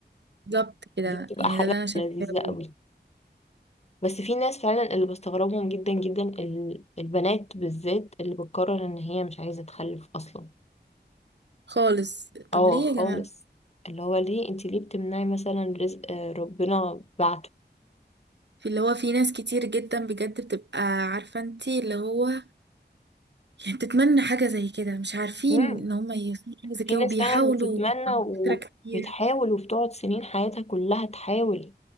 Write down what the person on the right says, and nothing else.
بالظبط كده
يعني
ده اللي انا شايفاه
بجد.
خالص طب
ليه
يا جماعة
في اللي هو في ناس كتير جدا بجد بتبقى عارفة انتي اللي هو يعني بتتمنى حاجة زي كده مش عارفين
ان هم يوصلوا لحاجة زي
كده
وبيحاولوا
على
فكرة كتير